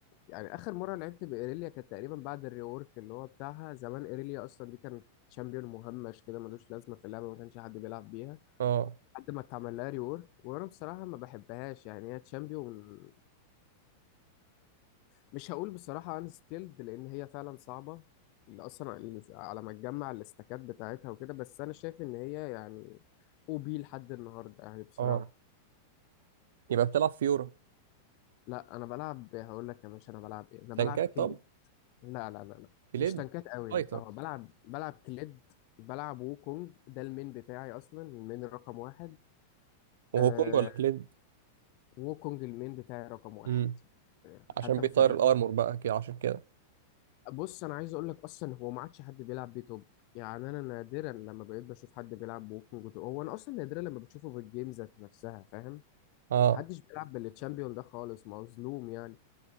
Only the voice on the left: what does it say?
يعني اخر مره لعبت بايريليا كانت تقريبا بعد الريورك اللي هو بتاعها زمان ايريليا اصلا دي كانت شامبيون مهمش كده ملوش لازمه في اللعبه ما كانش حد بيلعب بيها
لحد ما اتعمل لها ريورك وانا بصراحه ما بحبهاش يعني هي تشامبيون مش هقول بصراحة ان سكيلد لان هي فعلا صعبة اللي اصلا اللي على ما تجمع الاستكات بتاعتها وكده بس انا شايف ان هي يعني او بي لحد النهاردة يعني بصراحة
لا انا بلعب هقول لك يا باشا انا بلعب ايه انا
بلعب كليد
لا لا لا لا
مش تنكات قوي
يعني اه بلعب بلعب كليد بلعب ووكونج ده المين بتاعي اصلا المين رقم واحد
آه
ووكونج المين بتاعي رقم واحد
حتى
في
بص انا عايز اقول لك اصلا هو ما عادش حد بيلعب بيه توب يعني انا نادرا لما بقيت بشوف حد بيلعب بوكينج تو هو انا اصلا نادرا لما بتشوفه في الجيم ذات نفسها فاهم
محدش بيلعب بالتشامبيون ده خالص مظلوم يعني